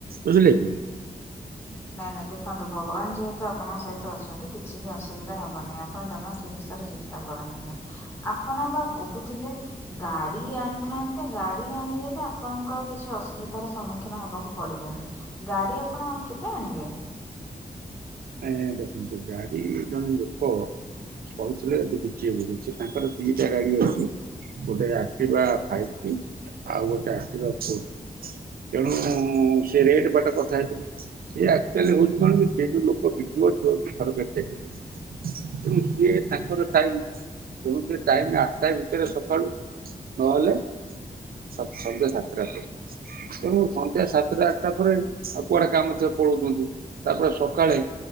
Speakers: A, on the right; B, on the left.
A: ବୁଝିଲେକି?
B: ନାଇଁ ନାଇଁ ଦେଖନ୍ତୁ ଭଗବାନ୍ ଯେହେତୁ ଆପଣଙ୍କ ସହିତ ଅଛନ୍ତି କିଛିବି ଅସୁବିଧା ହବନି ଆପ ଆପଣ ଜମା ସେବିଷୟରେ ଚିନ୍ତା କରନ୍ତୁନି ଆପଣ ବା କହୁଥିଲେ ଗାଡ଼ି ଆଣିଥାନ୍ତେ ଗାଡ଼ି ଆଣିଦେଲେ ଆପଣଙ୍କୁ ଆଉ କିଛି ଅସୁବିଧାର ସମ୍ମୁଖୀନ ହବାକୁ ପଡ଼ିବେନି। ଗାଡ଼ି ଆପଣ କେବେ ଆଣିବେ?
A: ଆଜ୍ଞା ଦେଖନ୍ତୁ ଗାଡ଼ି ଜଣେ ଲୋକ କହୁଥିଲେ ବିକିବେ ବୋଲି ସିଏ ତାଙ୍କର ଦିଟା ଗାଡ଼ି ଅଛି ଗୋଟେ ଆକ୍ଟିବା ଫାଇବ୍ ଟି ଆଉ ଗୋଟେ ଆକ୍ଟିବା ଫୋର୍ ତେଣୁ ସେରେଟ୍ ବାଟ କଥା ହେଇଥିଲୁ ସିଏ ଆକ୍ଚୁଆଲି ହଉଚି କଣକି ସେଯୋଉ ଲୋକ ବିିକିବ ସେହଉଚି ସରକାରୀ ଚାକିରି ତେଣୁ ସିଏ ତାଙ୍କର ଟାଇମ୍ ତେଣୁ ସେଟାଇମ୍ ଆଠଟା ଭିତରେ ସକାଳୁ ନହେଲେ ସନ୍ଧ୍ୟା ସାତଟା ପରେ ତେଣୁ ସନ୍ଧ୍ୟା ସାତଟା ଆଠଟା ପରେ ଆଉ କୁଆଡ଼େ କାମ ଥିବ ପଳଉଚନ୍ତି ତାପରେ ସକାଳେ